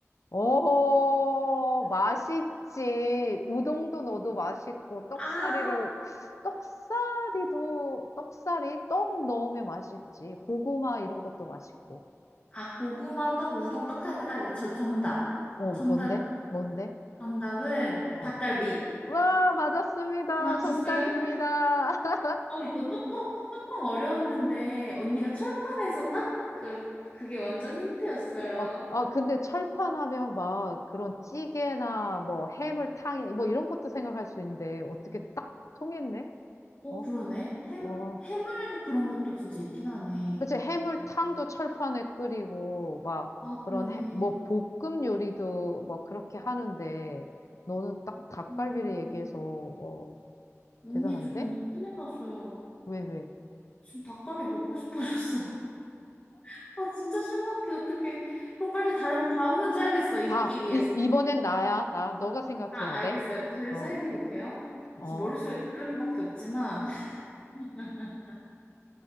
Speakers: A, on the left (about 80°); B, on the left (about 30°).
A: 어, 맛있지. 우동도 넣어도 맛있고, 떡사리를,
B: 아,
A: 떡사리도, 떡사리? 떡 넣으면 맛있지. 고구마 이런 것도 맛있고.
B: 아, 고구마, 떡, 우동, 떡 하니까 딱 알겠죠? 정답.
A: 어,
B: 정답,
A: 뭔데? 뭔데?
B: 정답은
A: 어.
B: 닭갈비.
A: 와, 맞았습니다.
B: 맞았어요?
A: 정답입니다. <laughs>
B: 어, 이거 조금, 조금 어려웠는데, 언니가 철판에서 딱 그, 그게 완전 힌트였어요.
A: 어, 아, 근데 철판 하면 막 그런 찌개나 뭐 해물탕이 뭐 이런 것도 생각할 수 있는데 어떻게 딱 통했네?
B: 어,
A: 어?
B: 그러네. 햄,
A: 와.
B: 해물 그런 것도 진짜 있긴 하네.
A: 그치, 해물탕도 철판에 끓이고 막
B: 아,
A: 그런
B: 그러네.
A: 해, 뭐 볶음 요리도 막 그렇게 하는데 너는 딱
B: 어,
A: 닭갈비를
B: 어.
A: 얘기해서 와,
B: 언니,
A: 대단한데?
B: 저 근데 큰일 났어요.
A: 왜, 왜?
B: 지금 닭갈비 먹고 싶어졌어. <laughs> 아, 진짜 심각해. 어떡해. 그럼 빨리 다른, 다음 문제 하겠어. 잊기
A: 다,
B: 위해서.
A: 이, 이번엔 나야, 나. 너가 생각해야
B: 아,
A: 돼.
B: 알겠어요. 제가
A: 어,
B: 생각해 볼게요.
A: 어.
B: 지금 머릿속에 닭갈비밖에 없지만. <laughs>